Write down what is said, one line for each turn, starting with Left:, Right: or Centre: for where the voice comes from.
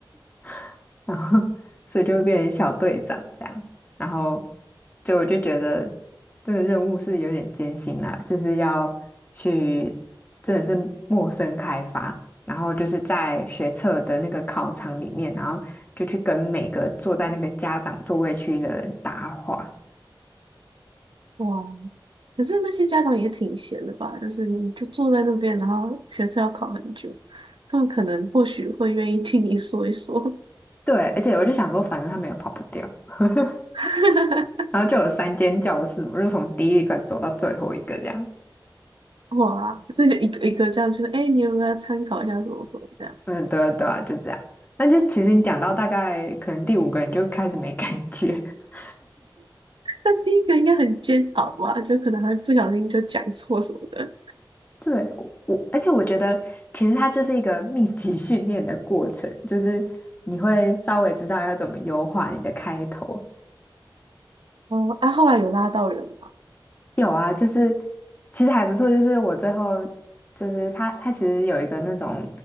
Left: <laughs> 然后所以就变成小队长这样，然后就我就觉得这个任务是有点艰辛啦，就是要去真的是陌生开发。然后就是在学测的那个考场里面，然后就去跟每个坐在那个家长座位区的人搭话，
Right: 哇，可是那些家长也挺闲的吧？就是你就坐在那边，然后学测要考很久，他们可能或许会愿意听你说一说。
Left: 对，而且我就想说，反正他们也跑不掉，<laughs>
Right: <laughs>
Left: 然后就有三间教室，我就从第一个走到最后一个这样。
Right: 哇，这就一个一个这样，就是哎，诶你有没有要参考一下什么什么这样？
Left: 嗯，对啊对啊，就这样。那就其实你讲到大概可能第五个，你就开始没感觉。<laughs>
Right: 那第一个应该很煎熬吧，就可能还不小心就讲错什么的。
Left: 对，我，我而且我觉得其实它就是一个密集训练的过程，就是你会稍微知道要怎么优化你的开头，
Right: 哦，啊，后来有拉到人吗？
Left: 有啊，就是其实还不错，就是我最后就是他，他其实有一个那种